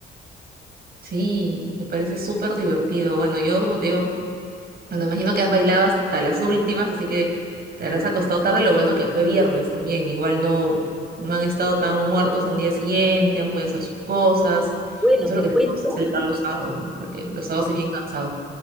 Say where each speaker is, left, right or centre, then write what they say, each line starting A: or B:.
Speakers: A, on the right (about 50°); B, in the centre.
A: Sí, me parece súper divertido. Bueno, yo como te digo, Bueno, imagino que has bailado hasta las últimas, así que te habrás acostado tarde. Lo bueno que fue viernes también. Igual no, no han estado tan muertos al día siguiente, han podido hacer sus cosas.
B: Bueno,
A: Eso
B: te
A: es lo que
B: cuento
A: tenemos que celebrar los sábados, ¿no? Porque los sábados es bien cansado.